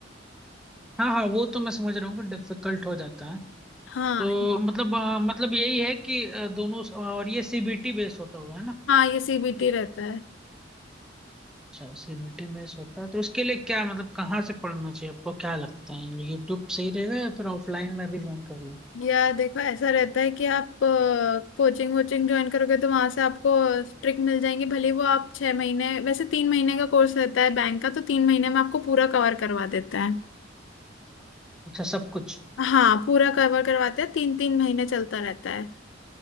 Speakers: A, in the centre; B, on the left.
A: हाँ हाँ वो तो मैं समझ रहा हूँ कि डिफिकल्ट हो जाता है
B: हाँ
A: तो मतलब अ, मतलब यही है कि अ, दोनों और ये सीबीटी बेस होता होगा है ना
B: हाँ ये सीबीटी रहता है
A: अच्छा सीबीटी में होता है तो उसके लिए क्या मतलब कहाँ से पढ़ना चाहिए आपको क्या लगता है यूट्यूब सही रहेगा या फिर ऑफलाइन में भी ज्वाइन कर लूँ
B: या देखो ऐसा रहता है कि आप कोचिंग वोचिंग ज्वाइन करोगे तो वहां से आपको ट्रिक मिल जाएंगी भले वो आप छह महीने वैसे तीन महीने का कोर्स रहता है बैंक का तो तीन महीने में आपको पूरा कवर करवा देता है
A: अच्छा सब कुछ
B: हाँ पूरा कवर करवाते हैं तीन तीन महीने चलता रहता है